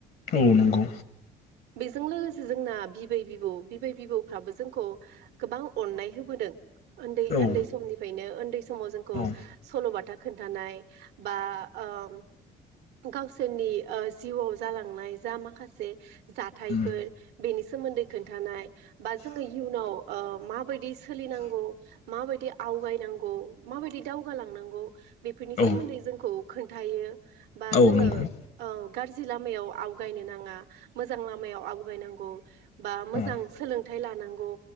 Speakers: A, on the left; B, on the right.
A: औ नंगौ
B: जों लोगोसे जोंना बिबै बिबौ बिबै बिबौफ्राबो जोंखौ गोबां अननाय होबोदों उन्दै
A: औ
B: उन्दै समनिफ्रायनो उन्दै समाव जोंखौ
A: औ
B: सल बाथा खोन्थानाय बा ओम गावसोरनि ओ जिउवाव जालांनाय जा माखासे जा थायफोर
A: उम
B: बेनि सोमोन्दै खोन्थानाय बा जोङो इयुनाव ओ माबायदि सोलिनांगौ माबायदि आवगायनांगौ माबायदि दाव गुवालांनांगौ बेफोरनि सोमोन्दै
A: औ
B: जोंखौ खोन्थायो बा
A: औ
B: जोङो
A: नंगौ
B: ओ गारजि जि लामायाव आवगायनो नाङा मोजा मायाव आवगायनांगौ <inaudible> बा
A: औ
B: मोजां सोलोंथाइ लानांगौ